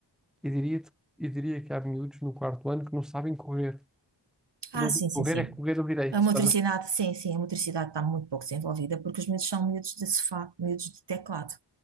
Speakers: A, in the centre; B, on the right (about 70°).
A: e diria, e diria que há miúdos no quarto ano que não sabem correr.
B: Ah,
A: Não-
B: sim, sim,
A: Correr
B: sim.
A: é correr ao direito,
B: A motricidade,
A: tá?
B: sim, sim, a motricidade está muito pouco desenvolvida porque os miúdos são miúdos de sofá, miúdos de teclado.